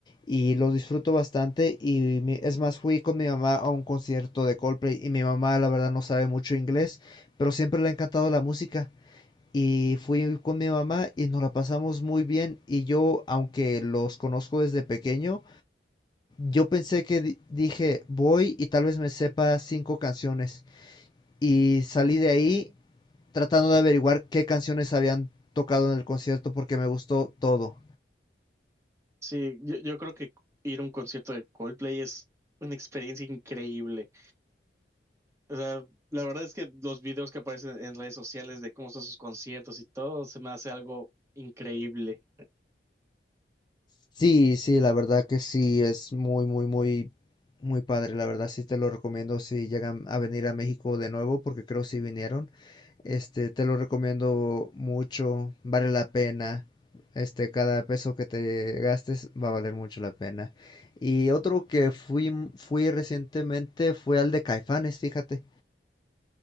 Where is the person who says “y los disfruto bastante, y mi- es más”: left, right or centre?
Left